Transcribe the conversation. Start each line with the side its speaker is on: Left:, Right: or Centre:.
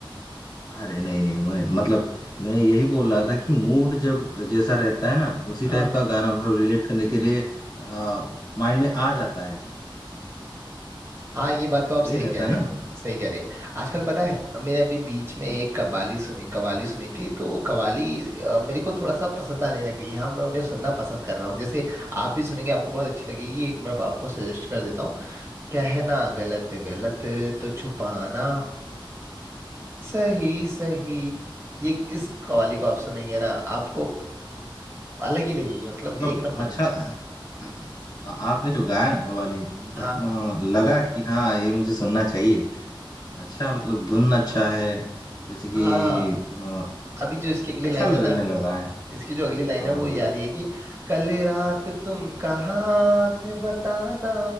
Left: अरे नहीं नहीं मैं मतलब मैं यही बोल रहा था कि मूड जब जैसा रहता है ना उसी
Right: हाँ
Left: टाइप का गाना मतलब रिलेट करने के लिए आ, माइंड में आ जाता है
Right: हाँ ये बात तो आप
Left: वही
Right: सही
Left: रहता
Right: कह रहे
Left: है ना
Right: हैं सही कह रहे हैं आजकल पता है मैंने अभी बीच में एक कव्वाली सुनी कव्वाली सुनी थी तो कव्वाली अ, मेरे को थोड़ा सा पसंद आने लगी है हाँ मैं उन्हें सुनना पसंद कर रहा हूँ जैसे आप भी सुनेंगे आपको बहुत अच्छी लगेगी एक मैं आपको सजेस्ट कर देता हूँ कहना गलत गलत तो छुपाना सही सही ये इस कव्वाली को आप सुनेंगे ना आपको अलग ही लगेगी मतलब
Left: मतलब
Right: एक नंबर
Left: अच्छा आ- आ- आपने जो गाया ना कव्वाली मतलब
Right: हाँ
Left: अ, लगा कि हाँ ये मुझे सुनना चाहिए अच्छा मतलब धुन अच्छा है जैसे कि
Right: हाँ
Left: अ,
Right: अभी जो इसकी अगली
Left: अच्छा
Right: लाइन
Left: लगने
Right: है ना
Left: लगा है
Right: इसकी जो अगली लाइन
Left: हाँ
Right: है वो
Left: हाँ
Right: ये वाली है कि कल रात तुम कहाँ थे बताना